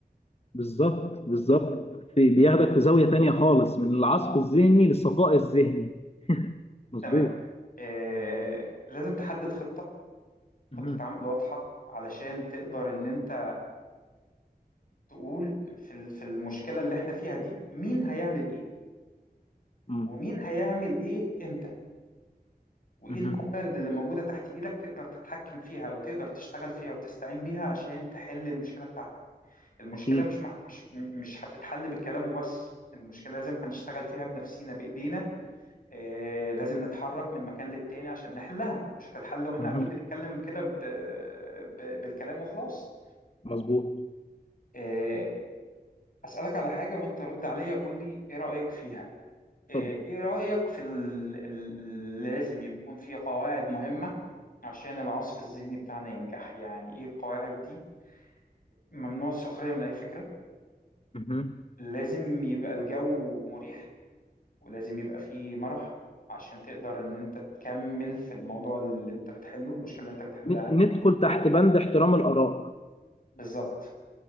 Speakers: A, on the left (about 40°); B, on the left (about 55°).
A: بالظبط بالظبط في بياخدك في زاوية تانية خالص من العصف الذهني للصفاء الذهني مظبوط
B: تمام آه، لازم تحدد خطة
A: مهم.
B: خطة عمل واضحة علشان تقدر ان انت تقول في ال- في المشكلة اللي احنا فيها دي مين هيعمل ايه
A: مم.
B: ومين هيعمل ايه امتى وايه
A: مهم.
B: الموارد اللي موجودة تحت ايدك تقدر تتحكم فيها او تقدر تشتغل فيها وتستعين بيها عشان تحل المشكلة بتاعتك المشكلة
A: أكيد
B: مش مع- مش مش هتتحل بالكلام وبس المشكلة لازم هنشتغل فيها بنفسينا بإيدينا آه، لازم نتحرك من مكان للتاني عشان نحلها مش هتتحل واحنا
A: مهم.
B: قاعدين بنتكلم كده ب- ب- بالكلام وخلاص
A: مظبوط
B: آه، أسألك على حاجة وانت رد عليا قول لي ايه رأيك فيها آه،
A: اتفضل
B: ايه رأيك في ال- ال- ال- لازم يكون في قواعد مهمة عشان العصف الذهني بتاعنا ينجح يعني ايه القواعد دي ممنوع السخرية من اي فكرة
A: مهم.
B: لازم يبقى الجو مريح ولازم يبقى فيه مرح عشان تقدر ان انت تكمل في الموضوع اللي انت بتحله المشكلة اللي انت بتحلها
A: ن- ندخل تحت بند احترام الآراء
B: بالظبط